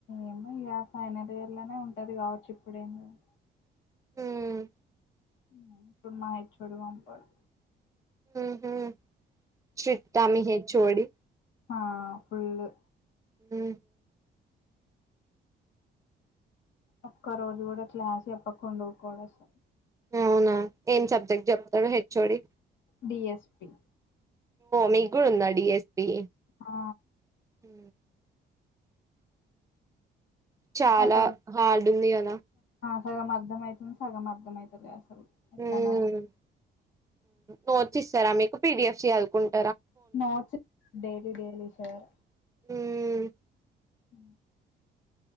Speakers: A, on the left; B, on the right.
A: ఏమొ ఇగ ఫైనల్ ఇయర్ లోనే ఉంటది గావచ్చు ఇప్పుడేం లేదు
B: ఉమ్,
A: హ్మ్ మా హెచ్ ఓ డి పంపడు
B: ఉమ్ హ్ స్ట్రిక్ట మీ హెచ్ ఓ డి
A: హా ఫుళ్ళు
B: హ
A: ఒక్క రోజు కూడా క్లాస్ చెప్పకుండా కూడాూడసాల్
B: అవునా ఏం సబ్జెక్ట్ చెప్తాడు హెచ్ోడి
A: డిఎస్పిి
B: మీగుడు ఉందా డిఎస్పి
A: ఆా
B: ఉ చాలా
A: అ సలు
B: హార్డ్ ఉంది కదా
A: స మర్దమై ఇ సాగం మార్దం అయితేలసలు ఎలానయ
B: ఉమ్ నోట్స్ ఇస్తారా మీకు పీడిఎఫ్ చేయాలకుంట
A: నోట్స్ డైలీ డైలీ షేర్
B: ఉమ్
A: హ